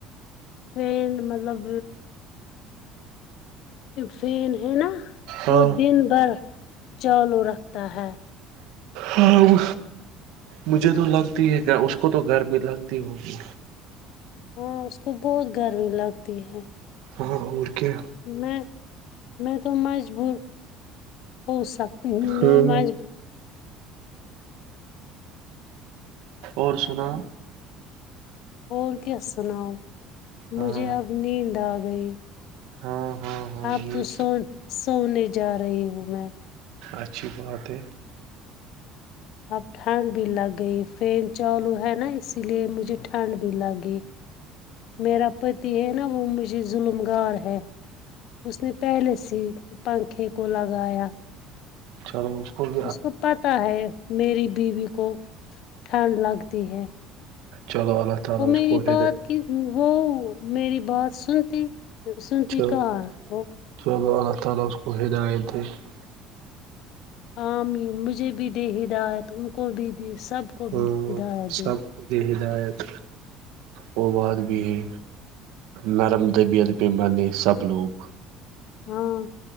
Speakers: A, on the left; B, on the right.
A: پ مطلب فین ہے نا
B: ہاں
A: وہ دن بھر چالو رکھتا ہے
B: ہگ مجھے تو لگتی ہے اس کو تو گھر میں لگتی ہوگی
A: ہاں اس کو بہت گرمی لگتی ہے
B: ہاں اور کیا
A: میں میں تو مجبور ہو سکتی ہوں
B: ہاں
A: میں مج
B: اور سنا
A: اور کیا سناؤ
B: ہاں
A: مجھے اب نیند آ گئی
B: ہاں ہاں ہاں
A: آپ
B: یہ
A: تو سو سونے جا رہی ہو میں
B: اچھی بات ہے
A: اب ٹھنڈ بھی لگ گئی فین چالو ہے نا اس سے اس لیے مجھے ٹھنڈ بھی لگی میرا پ ت ہے نا وہ مجھے ظلم گار ہے اس نے پہلے سے پنکھے کو لگایا
B: چھ اسکول
A: اس کو پتہ ہے میری بیوی کو ٹھنڈ لگتی ہے
B: چلو اللہ تعالی
A: وہ
B: اس
A: میری
B: کو ہدے
A: بات کی وہ میری بات سنتی سنتی
B: چلو
A: کہا وہ
B: <unintelligible>
A: عامیر مجھے بھی دے ہدایت ان کو بھی دے سب کو
B: ہ
A: بھی ہدایت دے
B: سب کو د ہ لایت وہ بات بھی ہے نرم دبیعت پہ بانے سب لوگ
A: ہاں